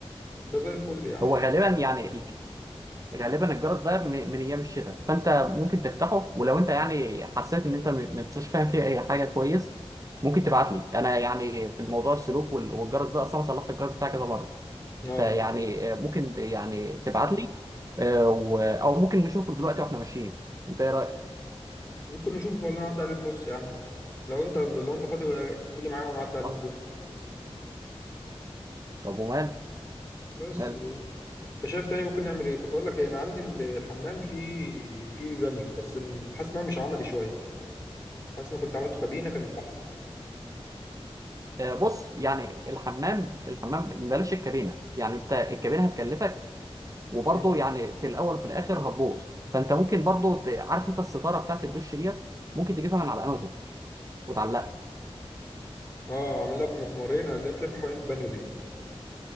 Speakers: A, on the left (about 30°); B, on the right (about 30°).
A: يبقى زي الفل يا عم
B: هو غالبا يعني غالبا الجرس ده م- من ايام الشتاء فانت ممكن تفتحه ولو انت يعني حسيت ان انت م- ما انتش فاهم فيه اي حاجه كويس ممكن تبعت لي انا يعني في الموضوع السلوك وال- والجرس ده اصلا صلحت الجرس بتاعي كذا مره
A: اه
B: فيعني آه، ممكن ت- يعني تبعت لي آه، و- او ممكن نشوفه دلوقتي واحنا ماشيين انت ايه رايك
A: ممكن نشوفه ولا نعدي عليه نبص يا عم لو انت لو انت فاضي آه، تيجي معايا ونعدي عليه
B: طب
A: نشوفه
B: طب ومال
A: بس
B: مال
A: و... انت شايف تاني ممكن نعمل ايه كنت اقول لك ايه انا عندي ال- الحمام فيه فيه بانيو بس إن- حاسس ان هو مش عملي شويه حاسس ان كنت عملته كابينه كانت احسن
B: آه، بص يعني الحمام الحمام بلاش الكابينه يعني انت الكابينه هتكلفك وبرضه
A: م.
B: يعني في الاول وفي الاخر هتبوظ فانت ممكن برضه ت- عارف انت الستاره بتاعت الدش ديت ممكن تجيبها من على امازون وتعلقها
A: اه عامل لها بمسمارين اللي هي بتلف حوالين البانيو دي